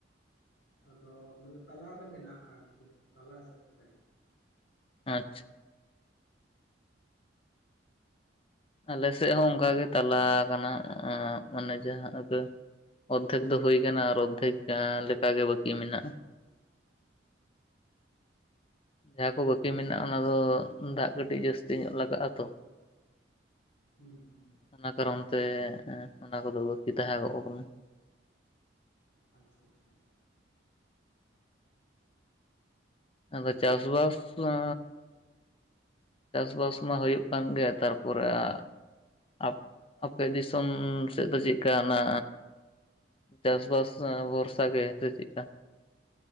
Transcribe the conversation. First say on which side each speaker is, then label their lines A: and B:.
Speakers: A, on the left; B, on the left.
A: ᱟᱫᱚ ᱢᱟᱱᱮ ᱛᱟᱞᱟ ᱨᱮ ᱢᱮᱱᱟᱜ-ᱟ ᱟᱨᱠᱤ ᱛᱟᱞᱟ ᱥᱮᱫ ᱨᱮ᱾
B: ᱟᱪᱪᱷᱟ᱾ ᱟᱞᱮ ᱥᱮᱜ ᱦᱚᱸ ᱚᱱᱠᱟ ᱜᱮ ᱛᱟᱞᱟ ᱟᱠᱟᱱᱟ ᱚᱸᱜᱻ ᱢᱟᱱᱮ ᱡᱟᱦᱟᱸ ᱚᱜᱮ, ᱚᱫᱽᱫᱷᱮᱠ ᱫᱚ ᱦᱩᱭ ᱠᱟᱱᱟ ᱟᱨ ᱚᱫᱽᱫᱷᱮᱠ ᱟᱸᱻ ᱞᱮᱠᱟ ᱜᱮ ᱵᱟᱹᱠᱤ ᱢᱮᱱᱟᱜ-ᱟ᱾ ᱡᱟᱦᱟᱸ ᱠᱚ ᱵᱟᱹᱠᱤ
A: ᱟᱪᱪᱷᱟ
B: ᱢᱮᱱᱟᱜ-ᱟ ᱚᱱᱟ ᱫᱚ ᱫᱟᱜ ᱠᱟᱹᱴᱤᱡ ᱡᱟᱹᱥᱛᱤ ᱧᱚᱜ ᱞᱟᱜᱟᱜ-ᱟ ᱛᱚ᱾
A: ᱦᱩᱸ ᱦᱩᱸ᱾
B: ᱚᱱᱟ ᱠᱟᱨᱚᱱ ᱛᱮ ᱮᱸᱜ ᱚᱱᱟ ᱠᱚᱫᱚ ᱵᱟᱹᱠᱤ ᱛᱟᱦᱮᱸ ᱜᱚᱜ ᱠᱟᱱᱟ᱾
A: ᱟᱼᱪᱷᱟ ᱟᱪᱷᱟ ᱾
B: ᱟᱫᱚ, ᱪᱟᱥ-ᱵᱟᱥ ᱢᱟ ᱪᱟᱥ-ᱵᱟᱥ ᱢᱟ, ᱦᱩᱭᱩᱜ ᱠᱟᱱ ᱜᱮᱭᱟ, ᱛᱟᱨᱯᱚᱨᱮ, ᱟᱻ ᱟᱯ ᱟᱯᱮ, ᱫᱤᱥᱚᱢ ᱩᱸᱢ ᱥᱮᱜ ᱫᱚ, ᱪᱮᱜ ᱠᱟ ᱮᱱᱟ ᱪᱟᱥ-ᱵᱟᱥ ᱟᱸᱻᱵᱚᱨᱥᱟ ᱜᱮ, ᱥᱮ ᱪᱮᱜ ᱠᱟ?